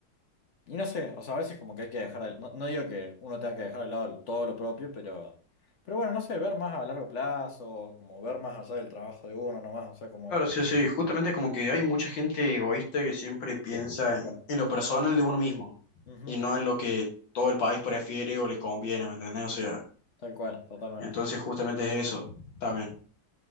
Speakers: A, on the left; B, on the left.
A: y no sé, o sea, a veces como que hay que dejar, de- no, no digo que uno tenga que dejar de lado todo lo propio, pero, pero bueno, no sé, ver más a largo plazo, como ver más allá del trabajo de uno nomás, o sea, como...
B: Claro, sí, sí, justamente como que hay mucha gente egoísta que siempre piensa
A: Sí, tal
B: en,
A: cual.
B: en lo personal de uno mismo
A: Ujú,
B: y no en lo que todo el país prefiere o le conviene, ¿me entendés? O sea,
A: tal cual, totalmente,
B: entonces justamente es eso también.